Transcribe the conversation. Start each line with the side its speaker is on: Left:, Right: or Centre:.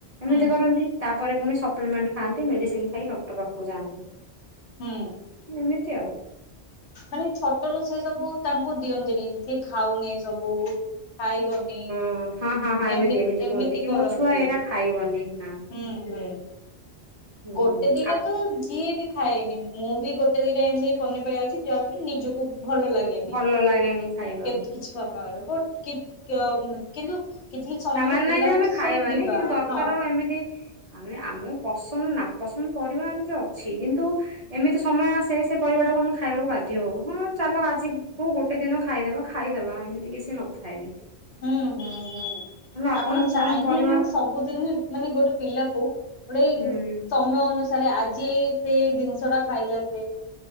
Right: ଏମିତି
Left: ହୁଁ
Right: କରନ୍ତି ତାପରେ ପୁଣି ସପ୍ଲିମେଣ୍ଟ ଖାଆନ୍ତି ମେଡ଼ିସିନ୍ ଖାଇ ଡକ୍ଟର ପାଖକୁ ଯାଆନ୍ତି।
Left: ହୁଁ।
Right: ଏମିତି ଆଉ।
Left: ମାନେ ଛୋଟରୁ ସେ ସବୁ ତାଙ୍କୁ ଦିଅନ୍ତିନି ସିଏ ଖାଉନି ସବୁ। ଖାଇବନି।
Right: ଉଁ ହଁ ହଁ।
Left: ଏମି
Right: ଏମିତି
Left: ଏମିତି
Right: କୁହନ୍ତି କି
Left: କରନ୍ତି
Right: ମୋ ଛୁଆ ଏଇଟା ଖାଇବନି ହଁ
Left: ହୁଁ ହୁଁ।
Right: ହୁଁ
Left: ଗୋଟେ ଦିଟାତ
Right: ଆ
Left: ଯିଏ ବି ଖାଇନି ମୁଁବି ଗୋଟେ ଦିଇଟା ଏମିତି ପନିପରିବା ଅଛି ଯାହାବି ନିଜକୁ ଭଲ ଲା ଦିଏନି
Right: ଭଲ
Left: ଙ୍କେତ
Right: ଲାଗେନି ଖାଇବାକୁ
Left: କିଛି ସମୟରେ ବଟ୍ କିତ କିୟମ କିନ୍ତୁ କିଛି କିଛି ସମୟରେ
Right: ତାମାନେ
Left: ପିଲାଙ୍କୁ
Right: ନାହିଁଯେ ଆମେ
Left: ସବୁ
Right: ଖାଇବାନି
Left: ଦିବା
Right: କିନ୍ତୁ ଦରକାର
Left: ହଁ
Right: ଏମିତି ଆମେ ଆମ ପସନ୍ଦ ନାପସନ୍ଦ ପରିବା ଏମିତି ଅଛି କିନ୍ତୁ ଏମିତି ସମୟ ଆସେ ସେପରିବାଟାକୁ ଆମେ ଖାଇବାକୁ ବାଧ୍ୟ ହଉ ହଁ ଚାଲ ଆଜି କୋଉ ଗୋଟେ ଦିନ ଖାଇଦବା ଖାଇଦବା ଏମିତି କିଛି ନଥାଏବି।
Left: ହୁଁ ହୁଁ ହୁଁ
Right: ଆପଣଙ୍କୁ
Left: ଆପଣ ଚାହିଁନି
Right: କଣ ପରିବା
Left: ସ ବୁ ଦିନି ମାନେ ଗୋଟେ ପିଲାକୁ ଗୋଡ଼େଇ
Right: ହୁଁ
Left: ସ ତମ ଅନୁସାରେ ଆଜି ଏଇ ସେଇ ଜିନିଷଟା ଖାଇଲାସେ